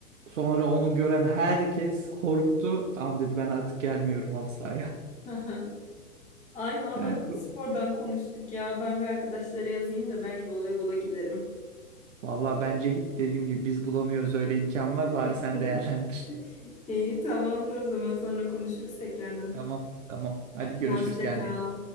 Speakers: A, on the right; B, on the left.
A: Sonra onu gören herkes korktu. Tamam dedi ben artık gelmiyorum halı sahaya.
B: <laughs> Ay
A: <laughs>
B: valla
A: Yani
B: çok
A: bu-
B: spordan konuştuk ya. Ben bir arkadaşlara yazayım da belki voleybola giderim.
A: vallahi bence git dediğim gibi biz bulamıyoruz öyle imkanlar bari
B: <laughs>
A: sen değerlendir.
B: İyi tamamdır o zaman sonra konuşuruz tekrardan.
A: <laughs> Tamam tamam hadi görüşürüz
B: Hoşça
A: kendine.
B: kal.